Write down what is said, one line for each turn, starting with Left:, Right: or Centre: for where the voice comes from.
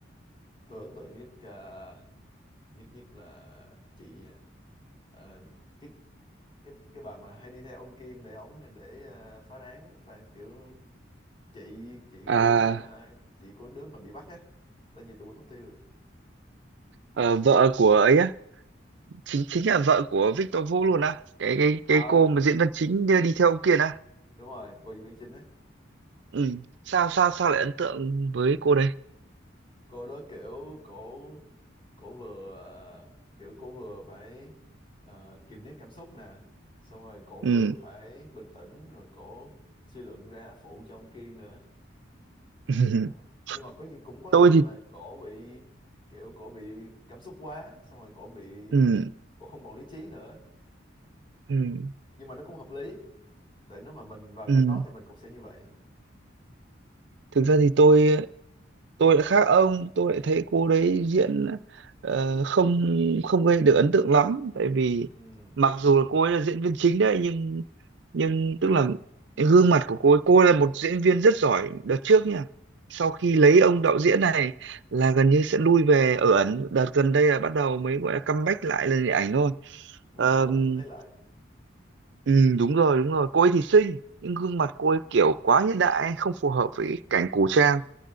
Left: tôi ấn tượng nhất ờ, nhất nhất là chị à, ờ, cái cái cái bà mà hay đi theo ông Kiên để ống để ờ, phá án á, và kiểu chị chị
Right: à
Left: của ờ, chị của đứa mà bị bắt á tên gì tôi quên mất tiêu rồi
Right: ờ, vợ của ấy á chính chính là vợ của Victor Vũ luôn á cái cái
Left: ờ
Right: cái cô mà diễn viên chính đi đi theo ông kia á
Left: đúng rồi cô diễn viên chính á
Right: ừ. sao sao sao lại ấn tượng với cô đây
Left: cô đó kiểu cổ cổ vừa ờ, kiểu cổ vừa phải ờ, kiềm nén cảm xúc nè xong rồi cổ
Right: ừ.
Left: vừa phải bình tĩnh rồi cổ suy luận ra phụ cho ông Kiên nữa
Right: <laughs>
Left: Đó. nhưng mà có những cũng có
Right: tôi
Left: lúc
Right: thì
Left: mà cổ bị kiểu cổ bị cảm xúc quá xong rồi cổ bị
Right: ừ.
Left: cổ không còn lý trí nữa
Right: Ừ.
Left: nhưng mà nó cũng hợp lý tại nếu mà mình vào
Right: Ừ.
Left: cảnh đó thì mình cũng sẽ như vậy
Right: thực ra thì tôi tôi lại khác ông tôi lại thấy cô đấy diễn ờ, không không gây được ấn tượng lắm tại vì
Left: ừ. nhưng
Right: mặc dù là cô ấy là diễn viên chính đấy nhưng nhưng tức là gương mặt của cô ấy cô ấy là một diễn viên rất giỏi đợt trước nha sau khi lấy ông đạo diễn này là gần như sẽ lui về ở ẩn đợt gần đây là bắt đầu mới gọi là comeback lại lên điện ảnh thôi
Left: mà
Right: Ờm,
Left: lâu lâu tôi thấy lại
Right: ừ, đúng rồi đúng rồi cô ấy thì xinh nhưng gương mặt cô ấy kiểu quá hiện đại không phù hợp với cái cảnh cổ trang